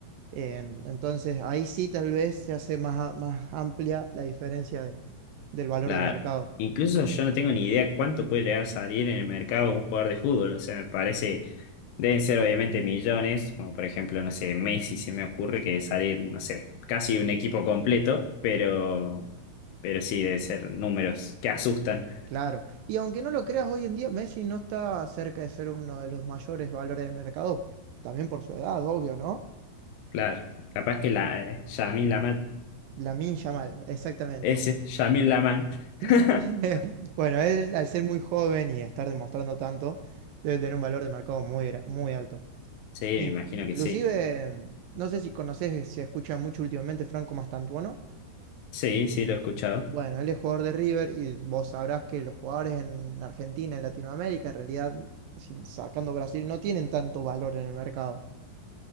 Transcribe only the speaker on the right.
En- entonces ahí sí tal vez se hace más, a- más amplia la diferencia de- del valor
de mercado.
Claro. Y aunque no lo creas, hoy en día Messi no está cerca de ser uno de los mayores valores del mercado. También por su edad, obvio, ¿no?
Lamine Yamal, exactamente.
<laughs> Bueno, él al ser muy joven y estar demostrando tanto, debe tener un valor de mercado muy, gra- muy alto.
In-
inclusive,
no sé si conoces, se escucha mucho últimamente Franco Mastantuono.
Bueno, él es jugador de River y vos sabrás que los jugadores en Argentina, en Latinoamérica, en realidad, sin- sacando Brasil, no tienen tanto valor en el mercado.